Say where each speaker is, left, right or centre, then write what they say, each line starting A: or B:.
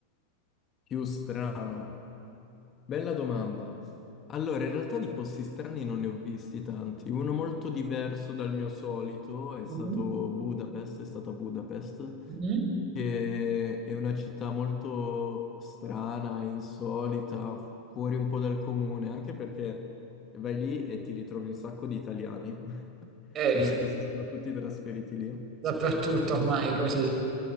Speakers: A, on the left; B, on the right.
A: Più strano. Bella domanda. Allora, in realtà di posti strani non ne ho visti tanti. Uno molto diverso dal mio solito è stato
B: Mhm,
A: Budapest, è stata Budapest,
B: mhm.
A: che è una città molto strana, insolita, fuori un po' dal comune, anche perché vai lì e ti ritrovi un sacco di italiani. <laughs>
B: Eh,
A: Sembra che si siano tutti trasferiti lì.
B: dappertutto ormai è così.